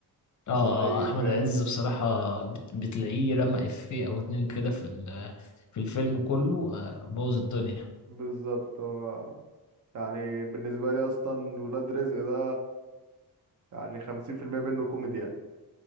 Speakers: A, on the left; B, on the right.
A: اه
B: رهيب
A: اه أحمد
B: يعني
A: عز بصراحة بت- بتلاقيه رمى إفيه أو اتنين كده في ال- في الفيلم كله آه، بوظ الدنيا
B: بالظبط هو يعني بالنسبة لي اصلا ولاد رزق ده يعني خمسين في المية منه كوميديا